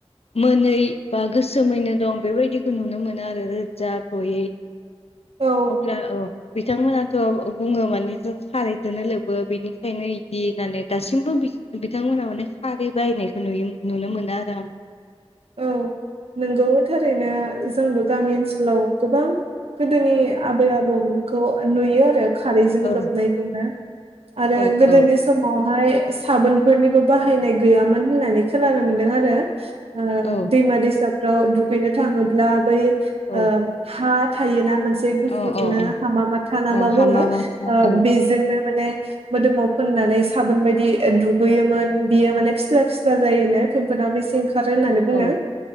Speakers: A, on the left; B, on the right.
A: मोनै बा गोसोमैनो दं बेबायदिखौ नुनो मोनो आरो रोजा गयै
B: औ
A: अब्ला औ बिथांमोनाथ' बुङो माने जों खारैदोनो लोबो बेनिखायनो इदि होनानै दासि मबो बिस बिथांमोनहा माने खारै बाहायनायखौ नुयोमो नुनो मोनो आरो आं
B: औ नंगौ थारैनो जोंबो गामि ओनसोलाव गोबां गोदोनि आबै आबौ लै खौ नुयो आरो खारैजों
A: आं
B: लोबनायखौनो आरो
A: औ
B: गोदोनि
A: औ
B: समावहाय साबोनफोरनिबो बाहायनाय गैयामोन होननानै खोनानो मोनदों आरो । ओ
A: औ
B: दैमा-दैसा फोराव दुगैनो थाङोब्ला बै
A: औ
B: ओ हा थायो ना मोन से गुफुरनो
A: औ औ
B: हामा माथा ना
A: औ
B: मा ओ
A: हामा
B: बुङो
A: माथा औ
B: बेजोंनो माने मोदोमाव फोननानै साबोन बायदि दुगैयोमोन बियो माने फिस्ला फिस्ला जायोनो फेम्फनाबो एसे खारो होननानै बुंदों
A: औ